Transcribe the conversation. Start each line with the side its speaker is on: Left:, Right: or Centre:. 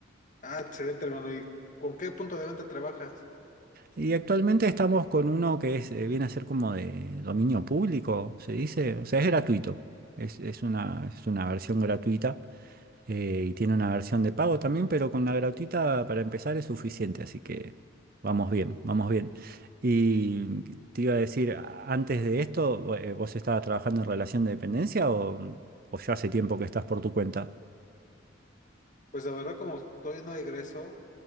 Left: Ah, excelente, hermano. ¿Y con qué punto de venta trabajas?
Right: Y actualmente estamos con uno que es, eh, viene a ser como de dominio público, se dice, o sea, es gratuito, es, es una, es una versión gratuita eh, y tiene una versión de pago también, pero con la gratuita para empezar es suficiente, así que vamos bien, vamos bien. Y te iba a decir, a- antes de esto, eh, ¿vos estabas trabajando en relación de dependencia o, o ya hace tiempo que estás por tu cuenta?
Left: Pues la verdad, como todavía no egreso,